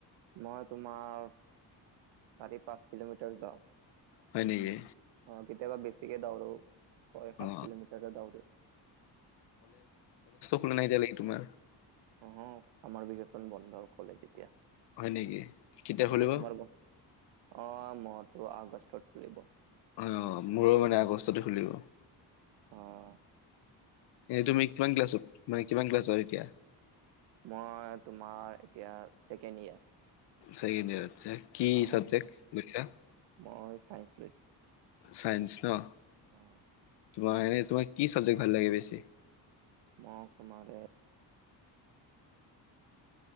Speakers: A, on the right (about 85°); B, on the left (about 70°).
A: মই তোমাৰ চাৰি পাঁচ কিলোমিটাৰ যাওঁ।
B: হয় নেকি?
A: অ' কেতিয়াবা বেছিকে দৌৰো। ছয় সাত
B: অ
A: কিলোমিটাৰ দৌৰো।
B: শুনা নাই এতিয়ালেকে তোমাৰ।
A: অ' হ চামাৰ ভকেশচন বন্ধ কলেজ যেতিয়া। অ'
B: হয় নেকি কেতিয়া খুলিব
A: তোমাৰ ব অ' মৰতো আগষ্টত খুলিব।
B: অ অঁ মোৰো মানে আগষ্টতে খুলিব।
A: অঁ।
B: এ তুমি কিমান ক্লাছত? মানে কিমান ক্লাছ হল এতিয়া?
A: মই তোমাৰ এতিয়া ছেকেণ্ড ইয়েৰ।
B: ছেকেণ্ড ইয়াৰ যে কি
A: অ
B: চাবজেক্ট লৈছা?
A: মই চাইন্স
B: চাইন্স ন?
A: অঁ।
B: তোমাৰ এনেই তোমাৰ কি চাবজেক্ট ভাল লাগে বেছি?
A: মোক তোমাৰ এই